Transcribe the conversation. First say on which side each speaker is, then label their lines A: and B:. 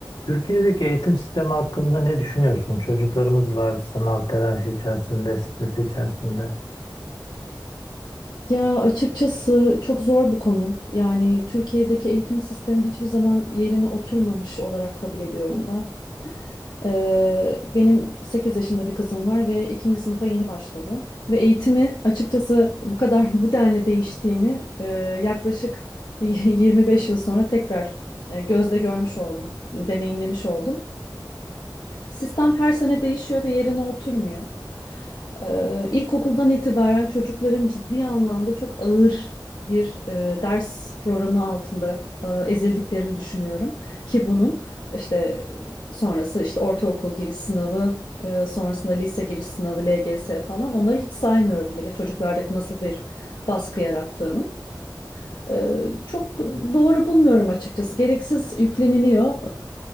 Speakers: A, on the left (about 80°); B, on the left (about 65°).
A: Türkiye'deki eğitim sistemi hakkında ne düşünüyorsun? Çocuklarımız var sınav telaşı içerisinde, stres içerisinde.
B: Ya açıkçası çok zor bir konu. Yani Türkiye'deki eğitim sistemi hiçbir zaman yerine oturmamış olarak kabul ediyorum ben. Ee, benim 8 yaşında bir kızım var ve ikinci sınıfa yeni başladı. Ve eğitimi açıkçası bu kadar <laughs> bu denli değiştiğini e, yaklaşık bir <laughs> 25 yıl sonra tekrar e, gözle görmüş oldum, deneyimlemiş oldum. Sistem her sene değişiyor ve yerine oturmuyor. Ee, İlkokuldan itibaren çocukların ciddi anlamda çok ağır bir e, ders programı altında e, ezildiklerini düşünüyorum. Ki bunun işte sonrası işte ortaokul giriş sınavı, e, sonrasında lise giriş sınavı, LGS falan onları hiç saymıyorum bile çocuklardaki nasıl bir baskı yarattığının. Ee, çok doğru bulmuyorum açıkçası. Gereksiz yükleniliyor.